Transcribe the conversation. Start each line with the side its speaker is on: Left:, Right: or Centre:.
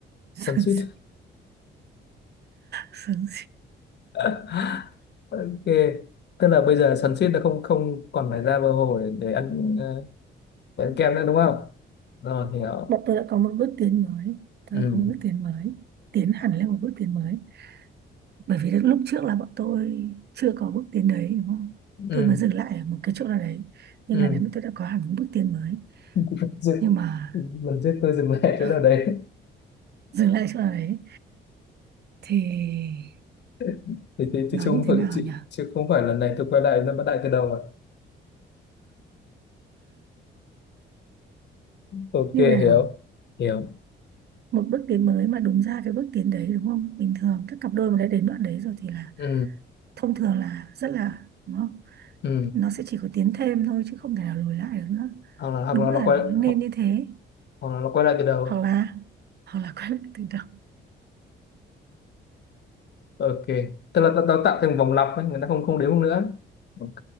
Right: <laughs>
Left: xoắn suýt
Right: sướng
Left: <laughs> ok tức là bây giờ xoắn suýt nó không không còn phải ra bờ hồ để, để ăn ờ, để ăn kem nữa đúng không rồi hiểu
Right: bọn tôi đã có một bước tiến mới tôi
Left: ừ
Right: đã có một bước tiến mới tiến hẳn lên một bước tiến mới bởi vì lúc trước là bọn tôi chưa có bước tiến đấy đúng không
Left: ừ
Right: tôi mới dừng lại ở một cái chỗ nào đấy nhưng
Left: ừ
Right: là nếu mà tôi đã có hẳn một bước tiến mới
Left: <laughs> Dừng.
Right: nhưng mà
Left: lần trước tôi dừng lại chỗ
Right: <laughs>
Left: nào đấy
Right: dừng lại chỗ nào đấy thì
Left: <laughs> thì, thì,
Right: nói
Left: thì chứ không
Right: như thế
Left: phải
Right: nào
Left: chứ,
Right: nhỉ
Left: chứ không phải lần này tôi quay lại nó bắt lại từ đầu rồi ok
Right: như nào
Left: hiểu hiểu
Right: một bước tiến mới mà đúng ra cái bước tiến đấy đúng không bình thường các cặp đôi mà đã đến đoạn đấy rồi thì là
Left: ừ
Right: thông thường là rất là đúng không
Left: ừ
Right: nó sẽ chỉ có tiến thêm thôi chứ không thể nào lùi lại được nữa
Left: hoặc là hoặc
Right: đúng
Left: là
Right: là
Left: nó quay
Right: nó nên
Left: hoặc,
Right: như thế
Left: hoặc là nó quay lại từ đầu
Right: hoặc là hoặc là quay lại từ đầu
Left: ok tức là nó nó tạo thành vòng lặp ấy, người ta không không đếm nữa ok